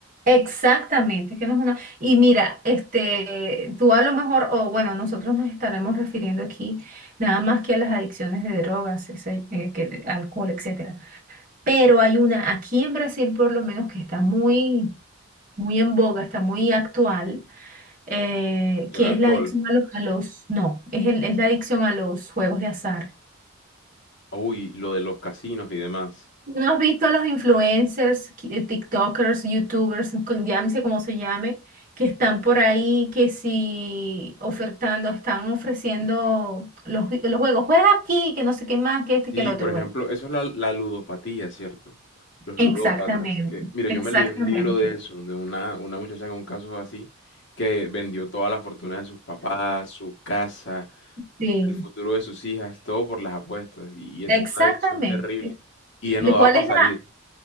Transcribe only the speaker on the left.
El
alcohol.
Uy, lo de los casinos y demás.
Sí,
por ejemplo,
eso es la, la ludopatía, ¿cierto? Los ludópatas.
Que, mira,
yo me leí un libro de eso, de una, una muchacha con un caso así, que vendió toda la fortuna de sus papás, su casa,
el futuro de sus hijas, todo por las apuestas. Y eso
es una adicción terrible. Y ya
no daba
para
salir.